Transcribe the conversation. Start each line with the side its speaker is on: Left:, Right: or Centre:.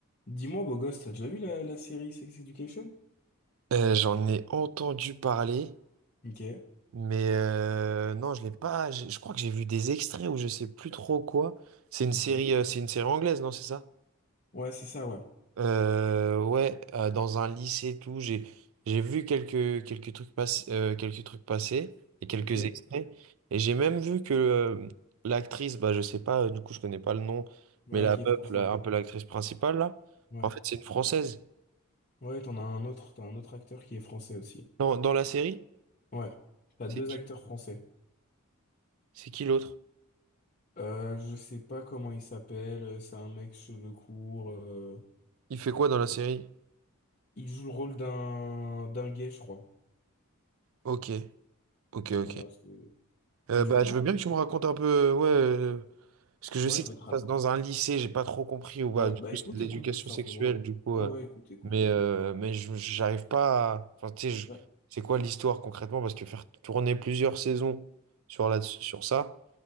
Left: Dis-moi, beau gosse, t'as déjà vu la, la série Sex Education?
Right: Euh, j'en ai entendu parler,
Left: Ok,
Right: mais euh, non, je l'ai pas. Je, je crois que j'ai vu des extraits ou je sais plus trop quoi. C'est une
Left: ok.
Right: série, euh, c'est une série anglaise, non, c'est ça?
Left: Ouais, c'est ça, ouais.
Right: Euh, ouais, euh, dans un lycée, et tout. J'ai, j'ai vu quelques, quelques trucs passer, quelques trucs passer et quelques
Left: Ok.
Right: extraits. Et j'ai même vu que euh, l'actrice, bah, je sais pas, euh, du coup, je connais pas le nom,
Left: Ouais,
Right: mais la
Left: qui est
Right: meuf,
Left: française.
Right: là, un peu l'actrice principale là,
Left: Ouais.
Right: en fait, c'est une Française.
Left: Ouais, t'en as un autre, t'as un autre acteur qui est français aussi.
Right: Dans, dans la série,
Left: Ouais. T'as
Right: c'est
Left: deux
Right: qui?
Left: acteurs français.
Right: C'est qui l'autre?
Left: Euh, je sais pas comment il s'appelle, euh, c'est un mec cheveux courts. euh,
Right: Il fait quoi dans la série?
Left: il joue le rôle d'un d'un gay, je crois.
Right: Ok, ok, ok.
Left: Voilà, c'est-
Right: Euh,
Left: Mais du
Right: bah,
Left: coup,
Right: je veux bien que tu me racontes un peu, euh, ouais, euh, parce que je
Left: ouais,
Right: sais
Left: je
Right: que
Left: veux
Right: ça
Left: te... ra-
Right: se passe dans un lycée, j'ai pas trop compris, ou bah,
Left: Ouais,
Right: du
Left: bah
Right: coup,
Left: écoute,
Right: c'est de l'éducation
Left: écoute, tout simplement.
Right: sexuelle, du coup,
Left: Ouais,
Right: euh,
Left: ouais, écoute, écoute,
Right: mais,
Left: écoute.
Right: euh, mais je- j'arrive pas à... Enfin, tu sais, je-
Left: Ouais.
Right: c'est quoi l'histoire concrètement? Parce que faire tourner plusieurs saisons sur, là, sur ça,